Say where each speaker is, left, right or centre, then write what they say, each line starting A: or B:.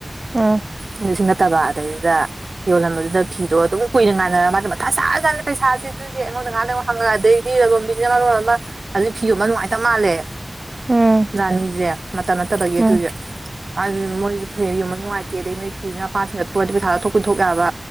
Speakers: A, on the right; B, on the right.
A: ꯎꯝ
B: ꯑꯗꯨ <unintelligible> ꯅꯠꯇꯕ ꯑꯗꯩꯗꯨꯗ ꯌꯣꯜꯂꯝꯟꯕꯗꯨꯗ ꯐꯤꯗꯣ ꯑꯗꯨꯝ ꯀꯨꯏꯅ ꯉꯥꯏꯅꯔ ꯃꯥ ꯃꯊꯥꯥ ꯁꯥꯔꯖꯥꯅꯤ ꯄꯩꯁꯥꯁꯤ ꯑꯗꯨꯒꯤ ꯑꯩꯉꯣꯟꯗ ꯉꯥꯏꯍꯥꯛ ꯑꯃꯨꯛ ꯍꯪꯉꯛ ꯑꯗꯒꯤꯗꯤ ꯂꯂꯣꯟꯕꯤꯁꯤꯅ ꯃꯔꯣꯟ ꯑꯃ ꯍꯧꯖꯤꯛ ꯐꯤ ꯌꯣꯟꯕ ꯅꯨꯡꯉꯥꯏꯇꯕ ꯃꯥꯟꯂꯦ
A: ꯎꯝ
B: ꯔꯥꯅꯤꯁꯦ ꯃꯇꯝ ꯅꯠꯇꯕꯒꯤ
A: ꯎꯝ
B: ꯑꯗꯨꯒꯤ ꯃꯥꯁꯨ ꯃꯣꯏꯁꯨ ꯐꯤ ꯌꯣꯟꯕ ꯅꯨꯡꯉꯥꯏꯇꯦ ꯑꯗꯩ ꯅꯣꯏ ꯐꯤꯁꯤꯅ ꯃꯄꯥꯟ ꯁꯤꯡꯒꯠꯄ ꯑꯣꯏꯔꯗꯤ ꯄꯩꯁꯥ ꯊꯣꯛ ꯄꯤꯊꯣꯛ ꯌꯥꯕ